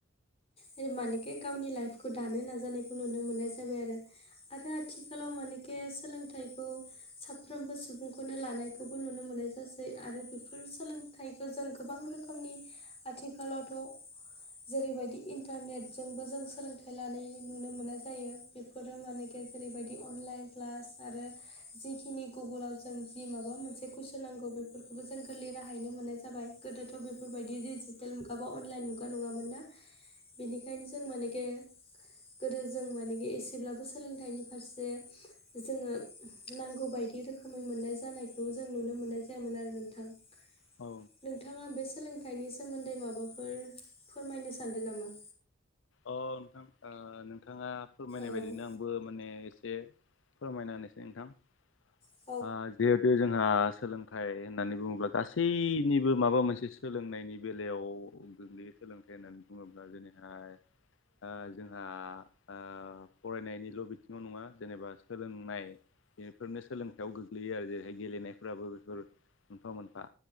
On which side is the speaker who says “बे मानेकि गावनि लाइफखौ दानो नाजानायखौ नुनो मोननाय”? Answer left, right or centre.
Left